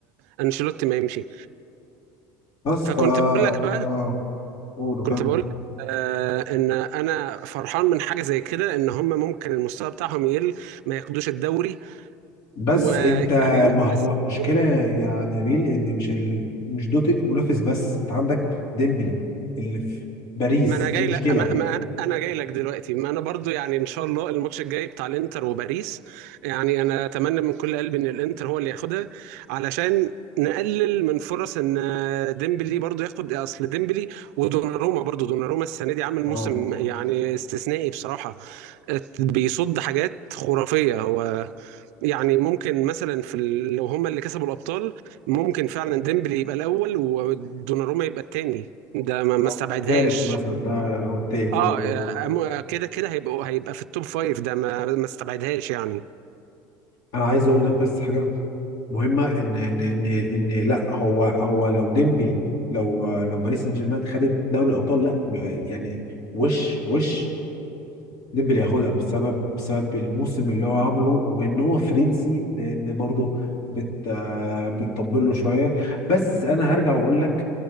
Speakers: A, on the right; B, on the left.
A: انشيلوتي ما يمشي
B: بس
A: فكنت
B: فا
A: بقول لك بقى
B: اه قولوا كمل
A: كنت بقول لك آه ان انا فرحان من حاجه زي كده ان هم ممكن المستوى بتاعهم يقل ما ياخدوش الدوري
B: بس
A: ويعني
B: انت ما
A: نسيبهم
B: هو المشكله يا نبيل ان مش ال... مش دوت منافس بس انت عندك ديمبلي اللي في باريس
A: ما انا جاي
B: دي مشكله
A: لك ما ما أنا- انا جاي لك دلوقتي ما انا برضو يعني ان شاء الله الماتش الجاي بتاع الانتر وباريس يعني انا اتمنى من كل قلبي ان الانتر هو اللي ياخدها علشان نقلل من فرص ان ديمبلي برضو ياخد اصل ديمبلي ودوناروما برضو دوناروما السنه دي عامل موسم
B: اه
A: يعني استثنائي بصراحه ات- بيصد حاجات خرافيه هو يعني ممكن مثلا في ال- لو هما اللي كسبوا الابطال ممكن فعلا ديمبلي يبقى الاول ودوناروما يبقى الثاني ده ما ما
B: او
A: استبعدهاش
B: التالت مثلا لا او التالت
A: اه
B: لا يعني.
A: آه، م- كده كده هيبقوا هيبقى في التوب فايف ده ما ما استبعدهاش يعني
B: انا عايز اقول لك بس حاجه مهمه ان ان ان ان لا هو هو لو ديمبلي لو لو باريس سان جيرمان خدت دوري الابطال لا يعني وش وش ديمبلي ياخدها بسبب بسبب الموسم اللي هو عامله وان هو فرنسي لان برضه بت آه، بتطبل له شويه بس انا هرجع واقول لك